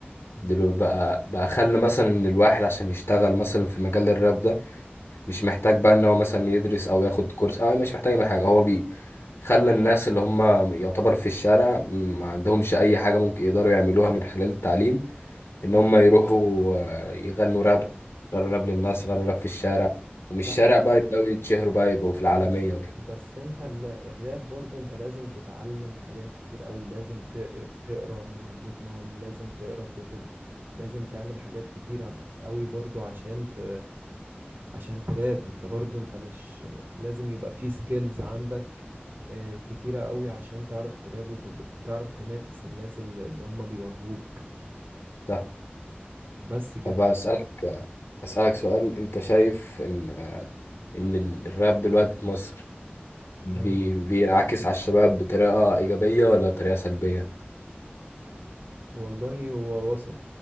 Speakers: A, on the right; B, on the left.
A: مم.
B: دلوقتي بقى بقى خلى مثلا ان الواحد عشان يشتغل مثلا في مجال الراب ده مش محتاج بقى ان هو مثلا يدرس او ياخد كورس او مش محتاج اي حاجه هو بي خلى الناس اللي هم يعتبر في الشارع ما عندهمش اي حاجه ممكن يقدروا يعملوها من خلال التعليم ان
A: مم.
B: هم يروحوا آه، يغنوا راب يغنوا راب للناس يغنوا راب في الشارع ومن الشارع
A: لا
B: بقى يبداوا يتشهروا بقى يبقوا في العالميه
A: بس
B: وكده
A: بس انت ال- الراب برضو انت لازم تتعلم حاجات كتير قوي لازم تقر- تقرا من الجورنان لازم تقرا كتب لازم تعمل حاجات كتيرة قوي برضو عشان ت... عشان تراب انت برضو انت مش لازم يبقى في سكيلز عندك اه، كتيرة قوي عشان تعرف تراب وتعرف تنافس الناس اللي اللي هم بيواجهوك
B: صح
A: بس كده
B: طب اسالك اسالك سؤال انت شايف ان آه، ان الراب دلوقتي في مصر بي...
A: مم.
B: بينعكس على الشباب بطريقة إيجابية ولا طريقة سلبية؟
A: والله هو وسط